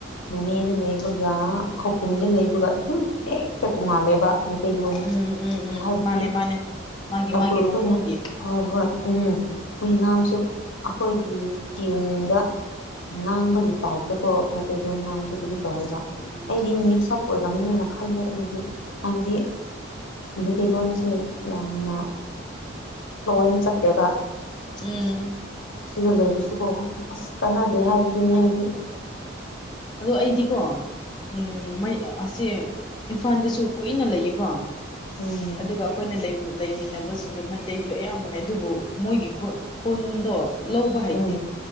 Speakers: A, on the left (about 70°); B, on the left (about 20°).
A: ꯅꯣꯅꯦꯗ
B: ꯎꯝ
A: ꯂꯩꯕꯒ ꯈꯧꯄꯨꯝꯗ ꯂꯩꯕꯒ ꯑꯗꯨꯝ ꯍꯦꯛꯇ ꯇꯣꯡꯉꯥꯜꯂꯦꯕ ꯃꯩꯇꯩꯂꯣꯟ
B: ꯎꯝ ꯎꯝ ꯎꯝ
A: ꯍꯥꯏꯕꯗꯤ
B: ꯃꯥꯅꯦ ꯃꯥꯅꯦ ꯃꯥꯒꯤ
A: ꯇꯥꯡꯈꯨꯜ
B: ꯃꯥꯒꯤ
A: ꯑꯩꯈꯣꯏꯅ
B: ꯃꯐꯝꯒꯤ
A: ꯍꯣꯏ- ꯍꯣꯏ ꯎꯝ ꯍꯣꯏ ꯉꯥꯡꯁꯨ ꯑꯩꯈꯣꯏꯒꯤ ꯇ꯭ꯌꯨꯟꯗ ꯉꯥꯡꯕꯒꯤ ꯇꯥꯏꯞꯇꯀꯣ ꯃꯩꯇꯩꯂꯣꯟ ꯉꯥꯡꯕꯁꯨ
B: ꯎꯝ
A: ꯑꯗꯨꯝ ꯇꯧꯋꯦꯕ
B: ꯎꯝ
A: ꯑꯩꯗꯤ ꯃꯤꯛꯁ ꯑꯞ ꯑꯣꯏꯔꯝꯅꯤꯅ ꯈꯜꯂꯦ ꯑꯩꯗꯤ ꯍꯥꯏꯕꯗꯤ ꯃꯩꯇꯩꯂꯣꯟꯁꯦ ꯌꯥꯝꯅ ꯐ꯭ꯂꯣꯟ ꯆꯠꯇꯦꯕ
B: ꯎꯝ
A: ꯑꯁꯤꯗ ꯂꯩꯔꯁꯨꯀꯣ ꯑꯁ ꯀꯥꯟꯅꯗꯦ ꯍꯥꯏꯕꯗꯨꯅꯤ ꯑꯩꯗꯤ
B: ꯑꯗꯣ ꯑꯩꯗꯤꯀꯣ ꯎꯝ
A: ꯎꯝ
B: ꯃꯩ ꯑꯁꯦ ꯏꯝꯐꯥꯜꯗꯁꯨ ꯀꯨꯏꯅ ꯂꯩꯌꯦꯀꯣ
A: ꯎꯝ
B: ꯑꯗꯨꯒ ꯑꯩꯈꯣꯏꯅ ꯂꯩꯃꯤꯟꯅꯕꯁꯤꯡꯗ ꯃꯩꯇꯩꯁꯨ ꯑꯌꯥꯝꯕꯅꯦ ꯑꯗꯨꯕꯨ ꯃꯣꯏꯒꯤ ꯈꯨꯠ ꯈꯣꯟꯗꯣ ꯂꯧꯕ ꯍꯥꯏꯇꯦ
A: ꯎꯝ